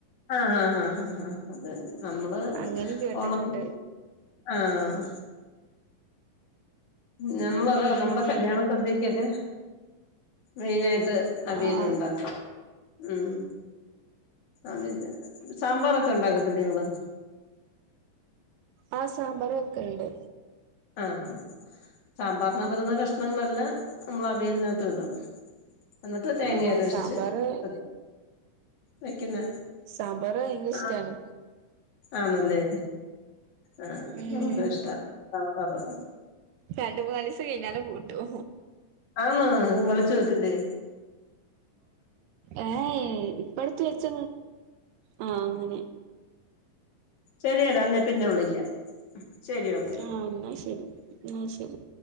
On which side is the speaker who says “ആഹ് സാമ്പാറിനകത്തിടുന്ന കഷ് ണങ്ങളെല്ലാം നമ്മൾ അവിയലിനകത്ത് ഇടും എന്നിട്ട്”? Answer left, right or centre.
Left